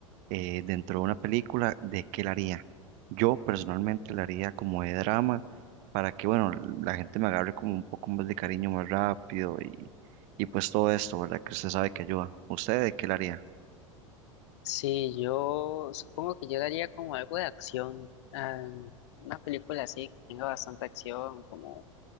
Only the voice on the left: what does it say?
Sí, yo supongo que yo daría como algo de acción, ah, una película así que tenga bastante acción, como